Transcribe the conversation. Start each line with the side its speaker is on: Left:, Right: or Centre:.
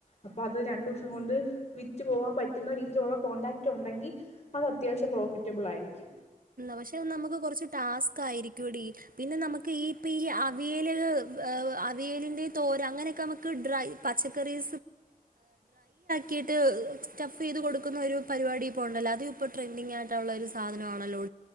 Left: അപ്പൊ അത് രണ്ടു ദിവസം കൊണ്ട് വിറ്റ് പോകൻ പറ്റുന്ന രീതിയിലുള്ള കോൺടാക്റ്റ് ഉണ്ടെങ്കിൽ അത് അത്യാവശ്യം പ്രോഫിറ്റബിൾ ആയിരിക്കും
Right: പക്ഷെ നമുക്ക് കുറച്ച് ടാസ്ക് ആയിരിക്കുംട പിന്നെ നമുക്ക് ഈപ്പ ഈ അവിയല് അവിയലിന്റെ തോര അങ്ങനെ ന പ ഡ്ര് ചെയ പരിപാടി ഇപ്പ ഉണ്ടല്ലോ അത് ഇപ്പോ ട്രൻഡിങ്യിട്ടുള്ള ഒരു സാധനമാണ്ണ് ോ